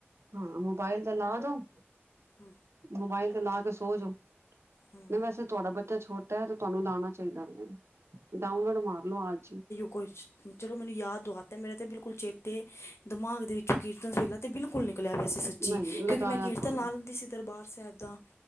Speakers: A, on the right; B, on the left.
A: ਹਾਂ, ਮੋਬਾਇਲ ਦਾ ਲਾਦੋ।
B: ਹੂੰ।
A: ਮੋਬਾਇਲ ਤੇ ਲਾਕੇ ਸੋਜੋੋ,
B: ਹੂੰ,
A: ਨਈ ਵੈਸੇ ਤੁਹਾਡਾ ਬੱਚਾ ਛੋ ਤੈ, ਤੇ ਤੁਹਾਨੂੰ ਲਾਣਾ ਚਾਹੀਦਾ ਵੇ, ਡਾਊਨਲੋਡ ਮਾਰਲੋ ਅੱਜ ਹੀ।
B: ਕੁਛ, ਚਲੋ ਮੈਨੂੰ ਯਾਦ ਦਵਾ ਤੈ, ਮੇਰੇ ਤੈ ਬਿਲਕੁਲ ਚੇਤੇ ਦਿਮਾਗ ਦੇ ਵਿੱਚੋ ਕੀਰਤਨ ਸੋਹਿਲਾ ਤੇ ਬਿਲਕੁਲ ਨਿਕਲਿਆ ਪਇਆ ਸੀ ਸੱਚੀ,
A: ਨਹੀਂ
B: ਕਿਉਂਕਿ
A: ਲਗਾਇਆ
B: ਮੈਂ ਕੀਰਤਨ
A: ਕਰੋ
B: ਲਾ ਲੈਂਦੀ ਸੀ ਦਰਬਾਰ ਸਾਹਿਬ ਦਾ।